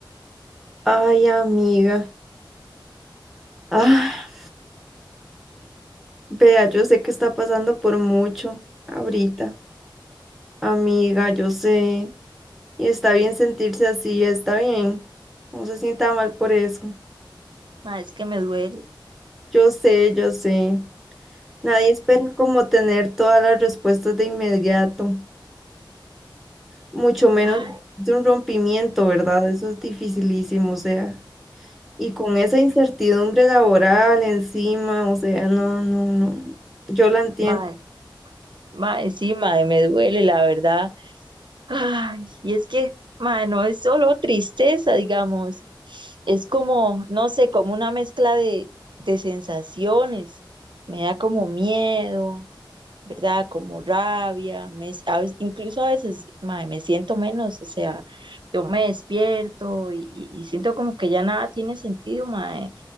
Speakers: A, in the centre; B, on the right.
A: Ay, amiga. Ah, vea, yo sé que está pasando por mucho ahorita. Amiga, yo sé. Y está bien sentirse así, está bien. No se sienta mal por eso.
B: Mae, es que me duele.
A: Yo sé, yo sé. Nadie espera como tener todas las respuestas de inmediato, mucho menos
B: Ay,
A: de un rompimiento, ¿verdad? Eso es dificilísimo, o sea. Y con esa incertidumbre laboral encima, o sea, no, no, no. Yo la entiendo.
B: mae, mae, sí, mae, me duele, la verdad. Ay, y es que, ma, no es solo tristeza, digamos, es como, no sé, como una mezcla de, de sensaciones. Me da como miedo, ¿verdad? Como rabia, me, s- a veces- incluso a veces, ma, me siento menos, o sea, yo me despierto y, y- y siento como que ya nada tiene sentido, ma,